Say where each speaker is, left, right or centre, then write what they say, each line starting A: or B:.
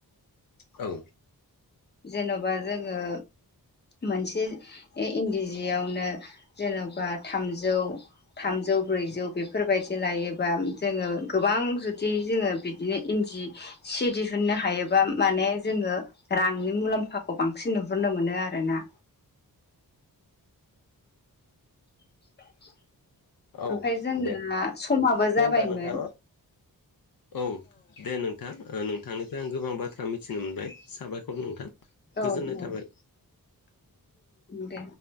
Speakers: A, on the left; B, on the left.
A: औ
B: जेन'बा जोङो मोनसे इन्दि जियावनो जेनबा थामजौ। थामजौ ब्रैजौ बेफोरबायदि लायोबा जोङो गोबां जुदि जोङो बि दि इन्दि सि दिहुननो हायोबा माने जोङो रांनि मुलाम्फाखौ बांसिन नुहुरोननो मोनो आरोना <unintelligible>
A: औ
B: जोंना
A: दे
B: समाबो जाबायमोन
A: दे होमबा नोंथां नाव औ दे नों नोंथां नोंथांनिफ्राय आं गोबां बाथ्रा मिथिनो मोनबाय साबायखर नोंथां
B: औ
A: गोजोननाय
B: औ
A: थाबाय।
B: दे